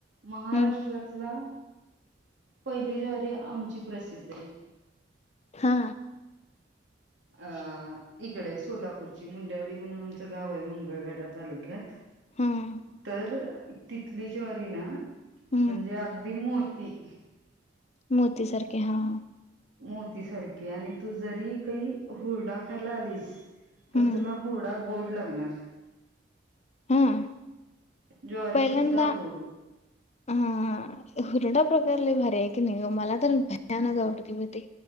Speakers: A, on the right; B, on the left.
A: महाराष्ट्रातला..
B: हम्म
A: पहिली जरी आमची प्रसिद्धी..
B: हा.
A: अ इकडे सोलापूरची मुंड्यावडी म्हणून आमचं गाव आहे मंगळवेडा तालुक्यात..
B: हम्म
A: तर तिथली ज्री ना
B: हम्म
A: म्हणजे अगदी मोठ.. ती..
B: मोती सारखे हा.
A: मोतीसारखे आणि तू जरी काही हुरडा खायला आलीस.. तर
B: हम्म
A: तुला हुडा बोड लागणार.
B: हम्म
A: जवरी
B: पहिल्यांदा
A: सुद्धा गोड.
B: हा हुरडा प्रकारले भर्याय की निघ मला तर भयानक आवडती भती.